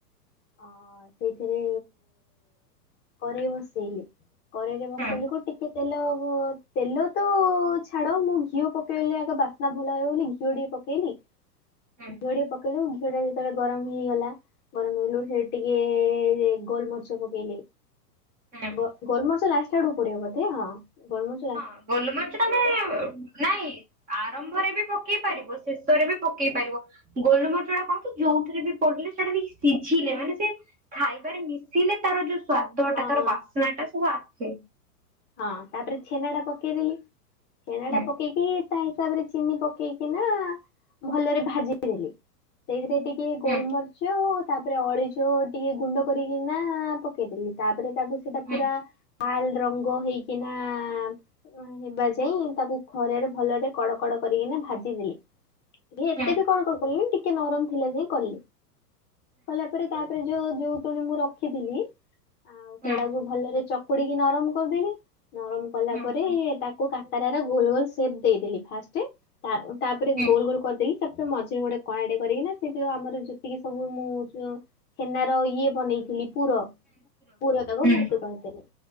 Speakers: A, on the left (about 20°); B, on the right (about 15°).
A: ଅ, ସେଇଥିରେ କରେଇ ବସେଇଲି, କରେଇରେ ବସେଇଲି
B: ହୁଁ
A: କୁ ଟିକେ ତେଲ ଗ ତେଲ ତ ଛାଡ ମୁଁ ଘିଅ ପକେଇଲି ଆଗ ବାସ୍ନା ଭଲ ଆଇବ ବୋଲି ଘିଅ ଟିକେ ପକେଇଲି।
B: ହୁଁ
A: ଘିଅ ଟିକେ ପକେଇଲୁ ଘିଅ ଟା ବି ଯେତେଳେ ଗରମ ହେଇଗଲା, ଗରମ ହେଲୁର୍ ସେ ଟିକେ ଯେ ଗୋଲମରିଚ ପକେଇଲି।
B: ହୁଁ
A: ଗ- ଗୋଲମରିଚ ଲାଷ୍ଟା ଆଡକୁ ପଡିବ ବୋଧେ ହଁ, ଗୋଲମଚ
B: ହଁ ଗୋଲମରିଚ ଟାକୁ ନାଇଁ ଆରମ୍ଭରେ ବି ପକେଇ ପାରିବ ଶେଷରେ ବି ପକେଇ ପାରିବ। ଗୋଲମରିଚ ଟା କଣ କି ଯୋଉଥିରେ ବି ପଡିଲେ ସେଟା ବି ସିଝିଲେ ମାନେ ସେ ଖାଇବାରେ ମିଶିଲେ ତାର ଯୋଉ ସ୍ଵାଦ
A: ହଁ
B: ଟା ତାର
A: ହଁ
B: ବାସ୍ନା ଟା ସବୁ ଆସେ।
A: ହଁ ତାପରେ ଛେନା ଟା ପକେଇଦେଲି, ଛେନା
B: ହୁଁ।
A: ଟା ପକେଇ କି ତା ହିସାବରେ ଚିନି ପକେଇକି ନା ଭଲରେ ଭାଜିଦେଲି। ସେଇଥିରେ ଟିକେ ଗୋଲମରିଚ
B: ହୁଁ
A: ତାପରେ ଅଳେଇଚ ଟିକେ ଗୁଣ୍ଡ କରିକିନା ପକେଇଦେଲି। ତାପରେ ତାକୁ ସେଇଟା
B: ହୁଁ
A: ପୁରା ଲାଲ୍ ରଙ୍ଗ ହେଇକିନା ଅ, ହେବା ଯାଏ ତାକୁ ଖରାରେ ଭଲରେ କଡ କଡ କରିକିନା ଭାଜିଦେଲି। ଯେ ଏତେ
B: ହୁଁ
A: ବି କଣ କରଦେଲି ଟିକେ ନରମ ଥିଲା ଯାଏ କଲି। କଲା ପରେ ତା ପରେ ଯୋଉ ଯୋଉ ତୋମେ ମୁଁ ରଖିଥିଲି ଆଉ ସେଟାକୁ
B: ହୁଁ ହୁଁ।
A: ଭଲରେ ଚକୁଡିକି ନରମ କରିଦେଲି ନରମ କଲା
B: ହୁଁ
A: ପରେ
B: ହୁଁ
A: ତାକୁ କାକାରା ରା ଗୋଲ୍ ଗୋଲ୍ ସେପ୍ ଦେଇଦେଲି ଫାଷ୍ଟ। ତା ଅ, ତାପରେ
B: ହୁଁ
A: ଗୋଲ୍ ଗୋଲ୍ କରିଦେଲି ତାପରେ ମଝିରେ ଗୋଟେ କଣାଟେ କରିକିନା ସେ ଯୋଉ ଆମର ଯେତିକି ସବୁ ମୁଁ ସ ଛେନାର ଇଏ ବନେଇଥିଲି ପୁର ପୁର ତାକୁ
B: ହୁଁ ହୁଁ।
A: ଭର୍ତ୍ତି କରିିଦେଲି।